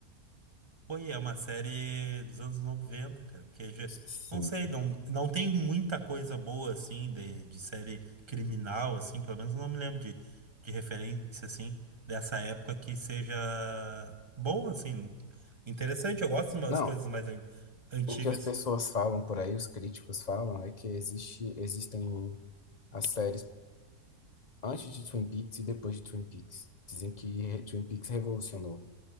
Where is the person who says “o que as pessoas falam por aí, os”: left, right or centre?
Left